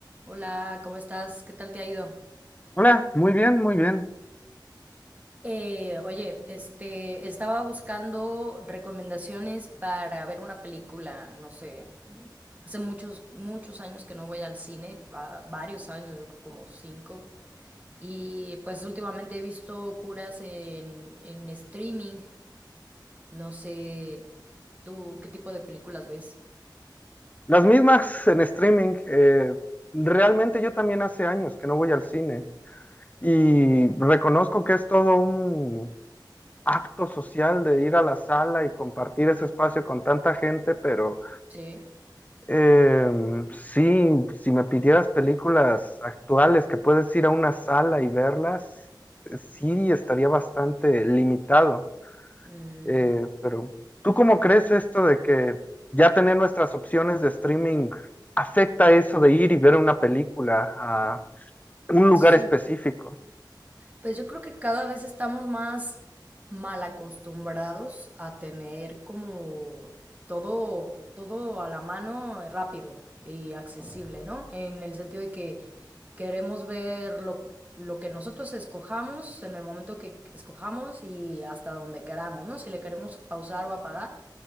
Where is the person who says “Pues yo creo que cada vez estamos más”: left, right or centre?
Right